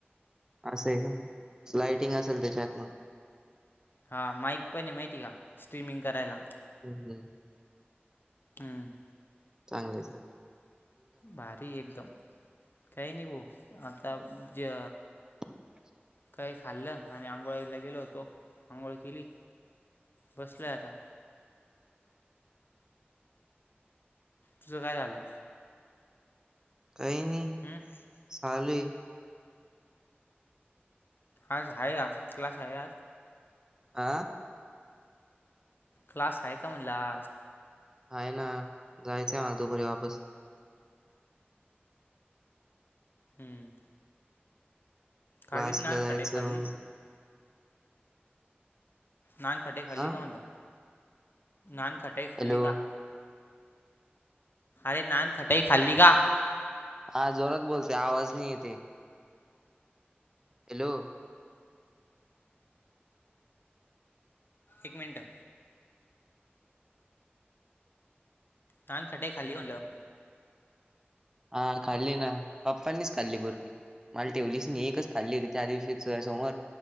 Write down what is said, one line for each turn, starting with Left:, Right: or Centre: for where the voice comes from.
Right: असं आहे का? लायटिंग असेल त्याच्यात मग?
Left: हा, माईक पण आहे माहिती का? स्ट्रीमिंग करायला.
Right: हम्म हम्म
Left: हम्म
Right: चांगले चांगले.
Left: भारी आहे एकदम. काही नाही भो आता जे
Right: <unintelligible>
Left: काही खाल्लं आणि आंघोळायला गेलो होतो, आंघोळ केली, बसलोय आता. तुझं काय झालं?
Right: काय नाय.
Left: हम्म, काय?
Right: चालूये.
Left: आज आहे हा क्लास आहे आज.
Right: आ
Left: क्लास आहे का म्हणलं आज?
Right: आहे ना, जायचंय मला दुपारी वापस.
Left: हम्म. खाल्ली
Right: क्लासला
Left: की नान
Right: जायचं.
Left: खटाई खाल्ली नानखटाई खाल्ली
Right: हा
Left: का म्हटलं? नानखटाई खाल्ली
Right: हॅलो
Left: का? अरे नानखटाई खाल्ली का?
Right: हा जोरात बोलते, आवाज नाही येते. हॅलो!
Left: एक मिनटं. नानखटाई खाल्ली कां म्हणलं?
Right: हा खाल्ली ना, पप्पांनीच खाल्ली बर्फी. मला ठेवलीच नाय, एकच खाल्ली होती त्या दिवशी तुझ्या समोर.